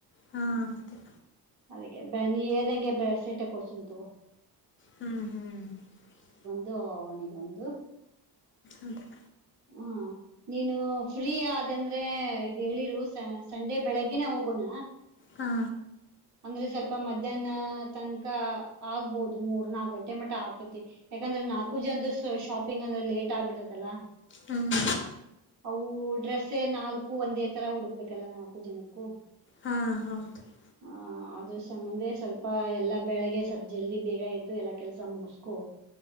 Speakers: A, on the left; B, on the right.
A: ಹಾ <unintelligible>
B: ಅದಕ್ಕೆ ನೀ ಎಳ್ದಂಗೆ ಬಸೈಟ ಕೊಡ್ಸಂತ <unintelligible>
A: ಹ್ಮ್ ಹ್ಮ್ <unintelligible>
B: ಲೋ ನೀಗೊಂದು <unintelligible>
A: ಅಂತ <unintelligible>
B: ಹಾ <unintelligible> ನೀನು ಫ್ರೀ ಅಂದ್ರೆ ಹೇಳಿರು ಸ ಸಂಡೆ ಬೆಳಗ್ಗನೆೇ ಹೋಗೋಣ <unintelligible>
A: ಹಾ.
B: ಅಂದ್ರೆ ಸ್ವಲ್ಪ ಮಧ್ಯಾಹ್ನ ತನಕ ಆಗ್ಬಹುದು ಮೂರ್ ನಾಲ್ ಗಂಟೆ ಮ <unintelligible> ಆಗ್ತೈತಿ ಯಾಕಂದ್ರೆ ನಾಲ್ಕು ಜನ ಅ ಶಾಪಿಂಗ್ ಅಂದ್ರೆ ಲೇಟ್ ಆಬಡ್ತೈತಿ. <unintelligible> ದಲ್ಲ <unintelligible>
A: ಹ್ಮ್
B: ಅವು ಡ್ರೆಸ್ಸ ನಾಲ್ಕು ಒಂದೇ ತರ ಹುಡುಕ್ಬೇಕಲ್ಲ ನಾಲ್ಕು ಜನಕ್ಕೂ <unintelligible>
A: ಹಾ ಹೌದು <unintelligible>
B: ಆಹ ಅದ್ರ ಸಂಬಂಧ ಸ್ವಲ್ಪ ಎಲ್ಲಾ ಬೆಳೆಗೆ ಸ್ವಲ್ಪ ಜಲ್ದಿ ಬೇಗ ಎದ್ದು ಎಲ್ಲಾ ಕೆಲ್ಸ ಮುಗಸ್ಕು